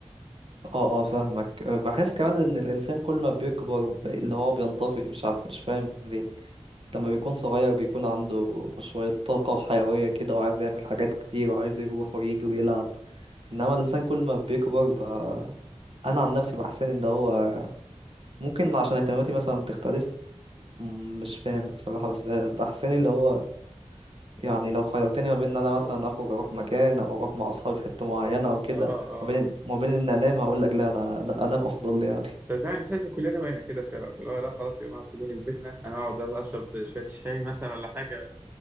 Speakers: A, on the right; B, on the right.
A: اه اه فاهمك بحس كمان ان الانسان كل ما بيكبر ب- اللي هو بينطفي مش عارف مش فاهم ليه لما بيكون صغير بيكون عنده شوية طاقة وحيوية كده وعايز يعمل حاجات كتير وعايز يروح ويجي ويلعب إنما الإنسان كل ما بيكبر بقى أنا عن نفسي بحسن إن هو ممكن عشان اهتماماتي مثلا بتختلف مم، مش فاهم بصراحة بس ب- بحسن اللي هو يعني لو خيرتني ما بين إن أنا مثلا أخرج أروح مكان أو أروح مع أصحابي في حتة معينة أو كده
B: اه اه
A: ما بين ما بين إن أنام هقول لك لا أنا أنا أنام أفضل لي يعني <laughs>
B: صدقني تحس كلنا بقينا كده فعلا اللي هو لا خلاص يا جماعه سيبوني في بيتنا انا اقعد اشرب شويه شاي مثلا ولا حاجه